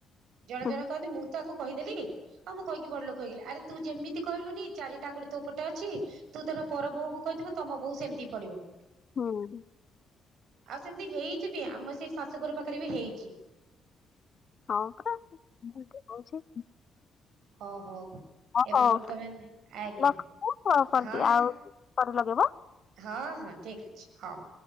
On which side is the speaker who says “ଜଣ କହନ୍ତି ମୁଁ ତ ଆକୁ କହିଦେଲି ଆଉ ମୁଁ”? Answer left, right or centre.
Right